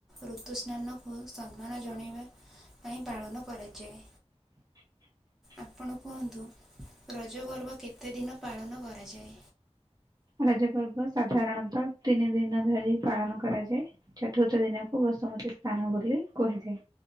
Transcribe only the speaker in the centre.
ଋତୁ ସ୍ନାନକୁ ସମ୍ମାନ ଜଣେଇବା ପାଇଁ ପାଳନ କରାଯାଏ।
ଆପଣ କୁହନ୍ତୁ ରଜ ପର୍ବ କେତେ ଦିନ ପାଳନ କରାଯାଏ?